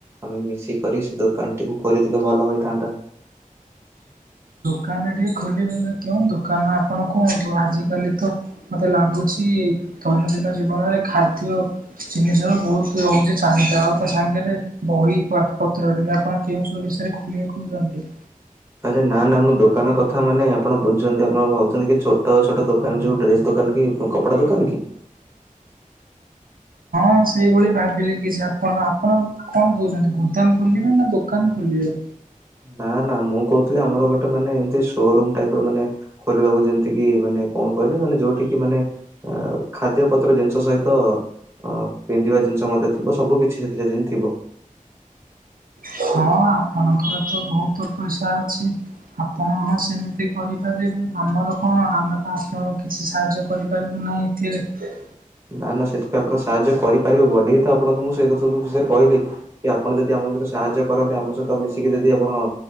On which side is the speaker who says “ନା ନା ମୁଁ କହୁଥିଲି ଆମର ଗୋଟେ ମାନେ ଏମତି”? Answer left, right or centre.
Right